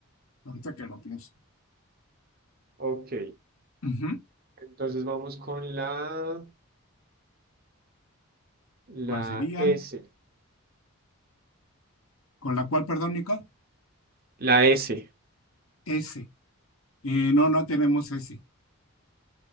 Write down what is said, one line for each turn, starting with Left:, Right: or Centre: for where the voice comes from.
Left: Ahorita que lo pienso.
Right: Ok,
Left: Ujú.
Right: entonces vamos con la,
Left: ¿Cuál
Right: la
Left: sería?
Right: S.
Left: Con la cual, perdón, Nicole,
Right: La S.
Left: S. Eh, no, no tenemos S.